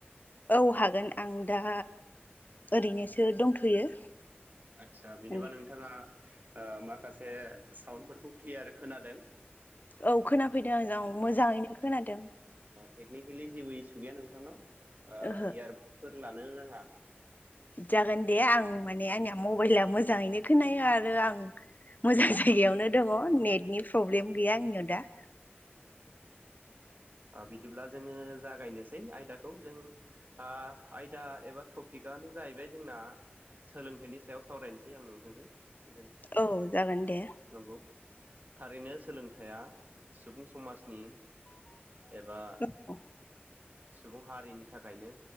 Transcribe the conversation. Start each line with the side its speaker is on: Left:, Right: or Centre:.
Left: औ हागोन आं दा ओरैनोसो
Right: औ
Left: दंथ'यो
Right: आदसा बिदिबा
Left: माने
Right: नोंथाङा माखासे साउन्डफोरखौ क्लियार खोनादों
Left: औ खोनाफैदों आजों मोजाङैनो खोनादों
Right: टेकनिकेलि जेबो इसु गैया नोंथांनाव
Left: ओहो
Right: इयारफनफोर लानो नाङा
Left: जागोन दे आं माने आंनिया मबाइला मोजाङैनो खोनायो आरो आं मोजां जायगायावनो दङ नेटनि प्रब्लेम गैया आंनियाव दा
Right: के बिदिब्ला जोङो जागायनोसै आयदाखौ जों अ आयदा एबा टपिकआनो जाहैबाय जोंना सोलोंथाइनि सायाव सावरायनोसै आं नोंथांजों जों
Left: औ जागोन दे
Right: नंगौ थारैनो सोलोंथाइया सुबुं समाजनि एबा
Left: औ
Right: सुबुं हारिनि थाखायनो